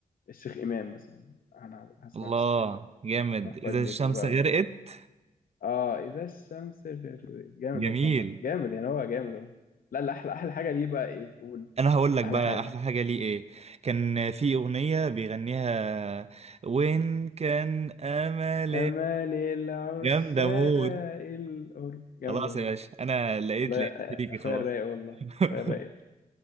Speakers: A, on the left; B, on the right.
A: الشيخ امام مثلا انا هسمع
B: الله
A: الشيخ امام
B: جامد
A: احمد
B: إذا
A: فؤاد نجم
B: الشمس
A: بقى
B: غرقت
A: و... اه اذا الشمس غربت جامد
B: جميل
A: والله جامد يعني هو جامد اهو لا لا احلى احلى حاجه ليه بقى ايه قول
B: انا هقول لك بقى
A: احلى حاجه
B: احلى حاجه ليه ايه كان في اغنيه بيغنيها وين كان املي
A: امال العشاق
B: جامده مود
A: القرب جامد
B: خلاص
A: والله
B: يا باشا انا لقيت
A: والله
B: لقيت
A: آه،
B: شريكي
A: اخويا
B: خلاص
A: الرايق والله
B: <laughs>
A: اخويا الرايق